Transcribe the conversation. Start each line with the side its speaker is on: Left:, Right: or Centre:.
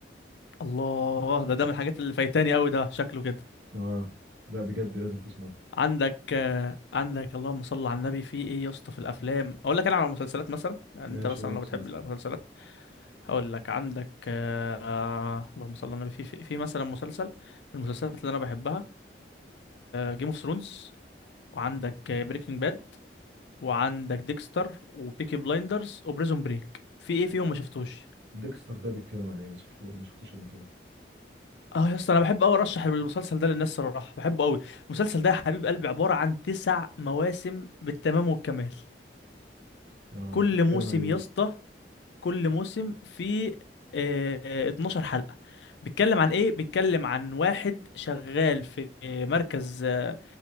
Left: الله ده ده من الحاجات اللي فايتاني قوي ده شكله كده
Right: اه لا بجد لازم تسمعه
Left: عندك آه، عندك اللهم صل على النبي في ايه يا اسطى في الافلام اقول لك انا على المسلسلات مثلا يعني
Right: ماشي
Left: انت مثلا
Right: قول مسلسل
Left: لو بتحب المسلسلات هقول لك عندك آه، آه، اللهم صل على النبي في في, في مثلا مسلسل من المسلسلات اللي انا بحبها جيم اوف ثرونز وعندك بريكنج باد وعندك ديكستر وبيكي بلايندرز وبريزون بريك في ايه فيهم ما شفتوش
Right: ديكستر ده بيتكلم عن ايه ما شفته ما شفتوش قبل كده
Left: اه يا اسطى انا بحب قوي ارشح المسلسل ده للناس صراحه بحبه قوي المسلسل ده يا حبيب قلبي عباره عن تسع مواسم بالتمام والكمال
Right: اه
Left: كل
Right: بيتكلم
Left: موسم
Right: عن ايه ده
Left: يا اسطى كل موسم فيه آه، 12 حلقه بيتكلم عن ايه بيتكلم عن واحد شغال في آه، مركز آه،